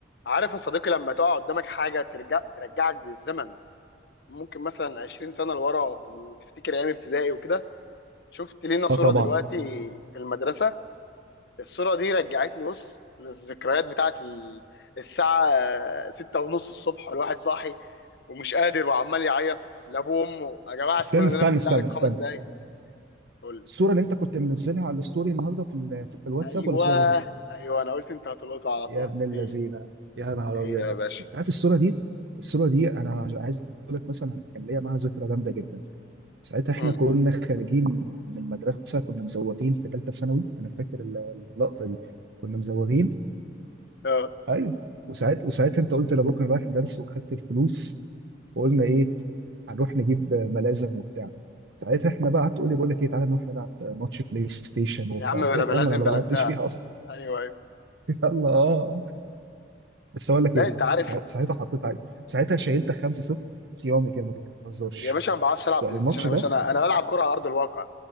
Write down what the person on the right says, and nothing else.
اه طبعا
استنى
استنى
استنى
استنى
الصورة اللي انت كنت منزلها على الستوري النهارده في ال... في الواتساب
ولا صورة غيرها؟
يا
ابن اللذينة
يا نهار
ابيض
ده
انت عارف الصورة دي الصورة دي انا عايز اقول لك مثلا انا كان ليا معاها ذكرى جامدة جدا ساعتها
احنا كنا خارجين من المدرسة كنا مزوغين في ثالثة ثانوي انا فاكر ال- اللقطة دي كنا مزوغين
ايوه وساعت وساعتها انت قلت لابوك انا رايح درس وخدت الفلوس وقلنا ايه هنروح نجيب ملازم وبتاع ساعتها احنا بقى قعدت تقول لي بقول لك ايه تعالى نروح نلعب ماتش بلاي ستيشن وبتاع
قلت
لك
يا عم انا ما
بعدش
فيها اصلا
<laughs> يلا اه بس اقول لك
ايه
ساع- ساعتها حطيت عليك ساعتها شايلت 5-0 صيامي كده ما تهزرش
يعني
الماتش
ده